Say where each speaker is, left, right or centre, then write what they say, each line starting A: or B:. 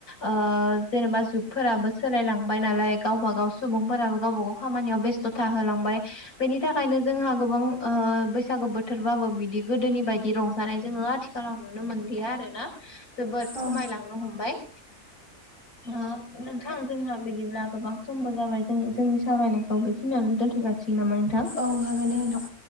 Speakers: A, on the left; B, on the left.
A: ओ जेनेबा जुगफोराबो सोलायलांबाय नालाय गावबा गाव सुबुंफोराबो गावबा गाव खामानियाव बेस्ट था होलांबाय बेनि थाखायनो जोंहा गोबां ओ बैसागु बोथोरबाबो बिदि गोदोनि बायदि रंजानाय जोङो आथिखालाव नुनो मोनलिया आरो ना जोबोद
B: औ
A: खमायलांनो हमबाय। ओ नोंथां जोंहा बिदिब्ला गोबां समबो जाबाय जों जोंनि सावरायनायखौ बेखिनियावनो दोनथ'जा <unintelligible> नोंथां
B: औ हागोन दे नोंथां